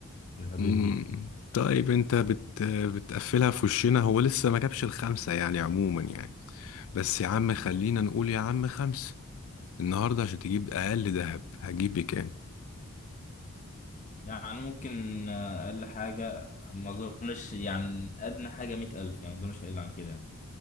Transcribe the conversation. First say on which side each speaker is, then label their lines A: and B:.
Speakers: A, on the left; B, on the left.
A: في الحدود
B: مم.
A: دي
B: طيب انت بت... بتقفلها في وشنا هو لسه ما جابش الخمسة يعني عموما يعني بس يا عم خلينا نقول يا عم خمسة النهاردة عشان تجيب أقل دهب هتجيب بكام
A: يعني ممكن أقل حاجة ما أظنش يعني أدنى حاجة مية ألف يعني ما أظنش هيقل عن كده